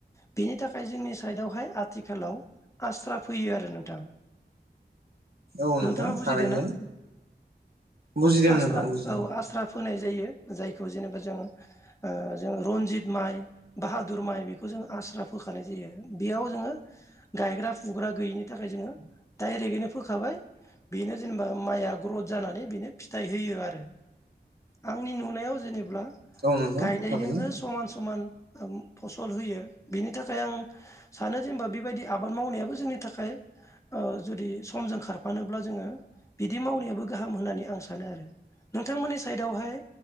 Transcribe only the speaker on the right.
औ
नोंथां
थारैनो
बुजिदों
नोंथां बुजिदों
औ नोंथां थारैनो